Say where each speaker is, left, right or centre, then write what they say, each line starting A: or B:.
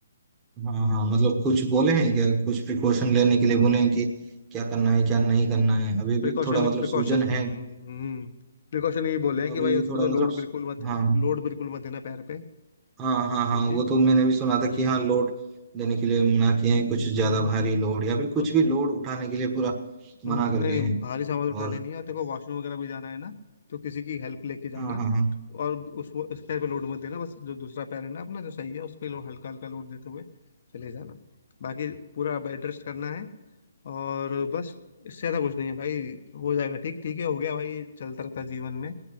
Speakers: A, on the right (about 15°); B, on the left (about 55°).
A: हाँ हाँ मतलब कुछ बोले हैं क्या कुछ प्रिकॉशन लेने के लिए बोले हैं कि क्या करना है क्या नहीं करना है अभी
B: Precaution
A: भी थोड़ा मतलब
B: precaution
A: सूजन
B: हम्म
A: है
B: प्रिकॉशन ये बोले हैं कि
A: अभी
B: भाई
A: भी
B: उस
A: थोड़ा
B: पर तो लोड
A: मतलब
B: बिल्कुल मत
A: हाँ
B: लोड बिल्कुल मत देना पैर पे
A: हाँ हाँ हाँ
B: ठीक
A: वो
B: है
A: तो मैंने भी सुना था
B: हम्म
A: कि हाँ लोड देने के लिए मना किए हैं कुछ ज्यादा
B: हाँ बिल्कुल
A: भारी लोड या
B: बिल्कुल
A: फिर कुछ भी लोड उठाने के लिए पूरा
B: हम्म,
A: मना कर
B: नहीं
A: दिए
B: नहीं
A: हैं
B: भारी सामान उठाने
A: और
B: नहीं है और तेरे को वॉशरूम वगैरह भी जाना है ना तो किसी की हेल्प लेके जाना
A: हाँ हाँ हाँ
B: और उस वो- उस पैर पे लोड मत देना बस जो दूसरा पैर है ना अपना जो सही है उस पे लो- हल्का हल्का लोड देते हुए चले जाना बाकी पूरा बेड रेस्ट करना है और बस इससे ज्यादा कुछ नहीं है भाई हो जाएगा ठीक ठीक है हो गया भाई चलता रहता है जीवन में